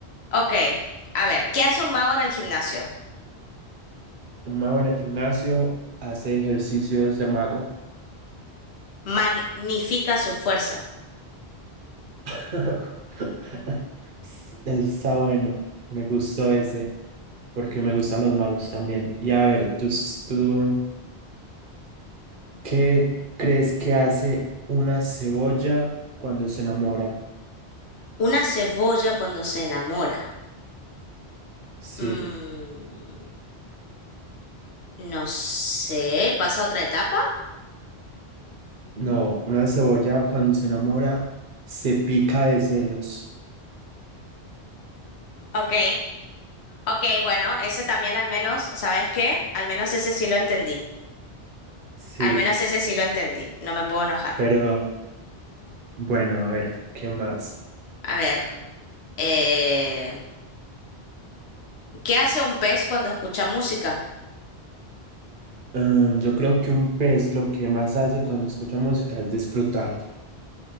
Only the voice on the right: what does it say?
Un mago en el gimnasio hace ejercicios de mago.
<laughs> Está bueno, me gustó ese, porque me gustan los magos también. Y a ver, ¿tú, s- tú qué crees que hace una cebolla cuando se enamora?
Sí,
no, una cebolla cuando se enamora se pica de celos.
Sí,
pero bueno, a ver, ¿qué más?
Mm, yo creo que un pez lo que más hace cuando escucha música es disfrutar.